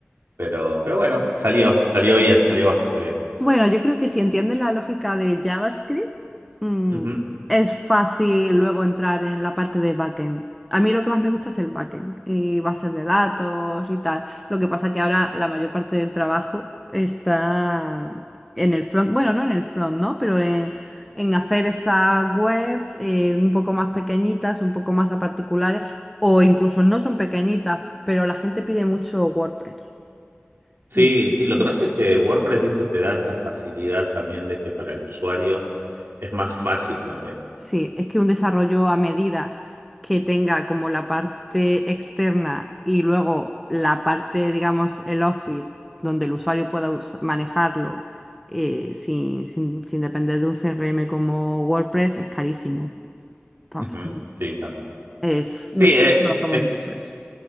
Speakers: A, on the right; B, in the centre.
A: pero, pero bueno, salió, salió bien, salió bastante bien.
B: Bueno, yo creo que si entiendes la lógica de JavaScript, mm,
A: Ujú.
B: es fácil luego entrar en la parte de backend. A mí lo que más me gusta es el backend y bases de datos y tal. Lo que pasa que ahora la mayor parte del trabajo está en el front, bueno, no en el front, ¿no? Pero en, en hacer esas webs eh, un poco más pequeñitas, un poco más a particulares, o incluso no son pequeñitas, pero la gente pide mucho WordPress.
A: Sí,
B: Entonces,
A: sí, lo que pasa es que WordPress, viste, te da esa facilidad también de que para el usuario es más fácil también.
B: Sí, es que un desarrollo a medida que tenga como la parte externa y luego la parte, digamos, el office, donde el usuario pueda us- manejarlo eh, sin, sin- sin depender de un CRM como WordPress, es carísimo. Entonces,
A: Ujú. Sí, también.
B: es,
A: Sí,
B: nosotros
A: es,
B: trabajamos
A: es,
B: mucho eso.